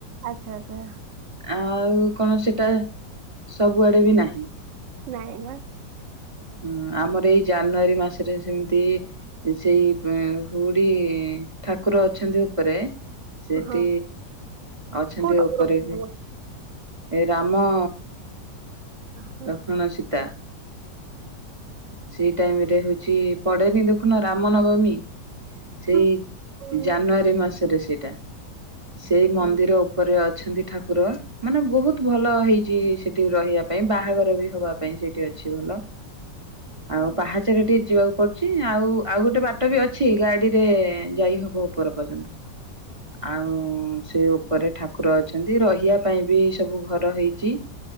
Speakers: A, on the right; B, on the right.
A: ଆଚ୍ଛା ଆଚ୍ଛା।
B: ଆଉ କଣ ସେଟା ସବୁଆଡେ ବି ନାହିଁ।
A: ନାହିଁ ନା?
B: ହୁଁ ଆମର ଏଇ ଜାନୁଆରୀ ମାସେରେ ସେମିତି ସେଇ ହୁଡି ଠାକୁର ଅଛନ୍ତି ଉପରେ ସେଠି
A: ହଁ
B: ଅଛନ୍ତି
A: କୋଉଠି
B: ଉପରେ ବି
A: ହଁ
B: ଏ ରାମ
A: ହଁ।
B: ଲକ୍ଷ୍ମଣ ସୀତା। ସେଇ ଟାଇମ୍ ରେ ହଉଛି ପଡ଼େନି ଦେଖୁନ ରାମ ନବମୀ? ସେଇ
A: ତାହେଲେ
B: ଜାନୁଆରୀ
A: ହୁଁ
B: ମାସରେ ସେଇଟା। ସେଇ ମନ୍ଦିର
A: ଚାଲେ
B: ଉପରେ ଅଛନ୍ତି ଠାକୁର। ମାନେ ବହୁତ ଭଲ ହେଇଛି ସେଠି ରହିବା ପାଇଁ ବାହାଘର ବି ହବା ପାଇଁ ସେଠି ଅଛି ଭଲ। ଆଉ
A: ହୁଁ
B: ପାହାଚରେ ଟିକେ ଯିବାକୁ ପଡ଼ୁଛି ଆଉ ଆଉ ଗୋଟେ ବାଟ ବି ଅଛି ଗାଡ଼ି ରେ ଯାଇ ହବ ଉପର ପର୍ଯ୍ୟନ୍ତ। <inaudible> ଆଉ ସେ ଉପରେ ଠାକୁର ଅଛନ୍ତି ରହିବା ପାଇଁ ବି ସବୁ ଘର ହେଇଚି।